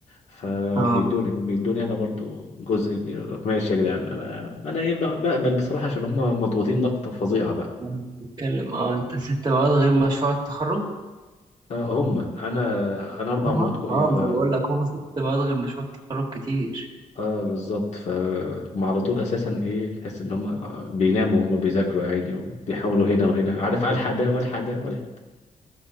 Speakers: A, on the left (about 55°); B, on the right (about 30°).
A: فبيدوني
B: اه
A: بيدوني انا برضو جزء كبير ماشي يا جدعان انا انا ايه بق- بقبل بصراحة عشان هم مضغوطين ضغطة فظيعة بقى
B: أنا بتتكلم اه انت ست مواد غير مشروع التخرج
A: آه هم انا انا اربع
B: هما
A: مواد كو... اه
B: اه ما انا بقول لك هما ست مواد غير مشروع التخرج كتير
A: اه بالظبط فهم على طول اساسا ايه تحس ان هم آه، بيناموا وهم بيذاكروا يا عيني وبيحاولوا هنا وهنا عارف الحق ده والحق ده والحق